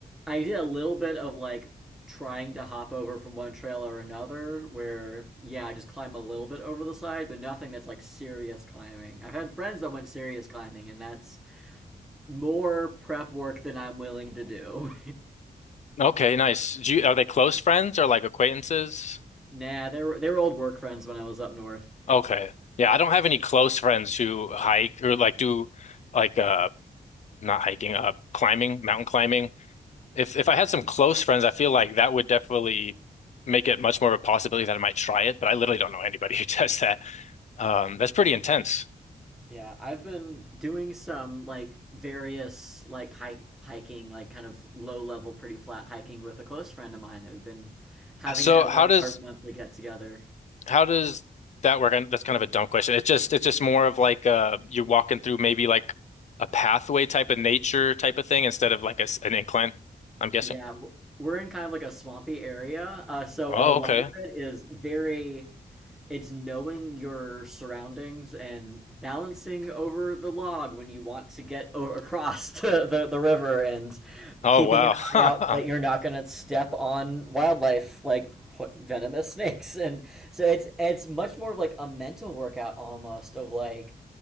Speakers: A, in the centre; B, on the left (about 45°).
A: I did a little bit of like trying to hop over from one trail or another where yeah, I just climb a little bit over the side, but nothing that's like serious climbing. I've had friends that went serious climbing and that's more prep work than I'm willing to do.
B: Okay, nice. Do you, are they close friends or like acquaintances?
A: <laughs> nah, they were they were old work friends when I was up north.
B: Okay. Yeah, I don't have any close friends who hike or like do like uh not hiking, uh climbing, mountain climbing. If if I had some close friends, I feel like that would definitely make it much more of a possibility that I might try it, but I literally don't know anybody <laughs> who does that. Um, that's
A: Yeah.
B: pretty intense.
A: Yeah, I've been doing some like various like hike hiking, like kind of low level, pretty flat hiking with a close friend of mine that we've been having
B: So
A: it as
B: how
A: like
B: does
A: our monthly get together.
B: How does that work? And That's kind of a dumb question. It's just it's just more of like uh you're walking through maybe like a pathway type of nature type of thing instead of like a s an incline, I'm guessing.
A: Yeah, we're we're in kind of like a swampy area, uh, so
B: Oh,
A: a lot
B: okay.
A: of it is very it's knowing your surroundings and balancing over the log when you want to get o- across <laughs> to the, the river and
B: Oh,
A: keeping
B: wow.
A: an
B: <laughs>
A: eye out that you're not going to step on wildlife like venomous <laughs> snakes and so it's it's much more of like a mental workout almost of like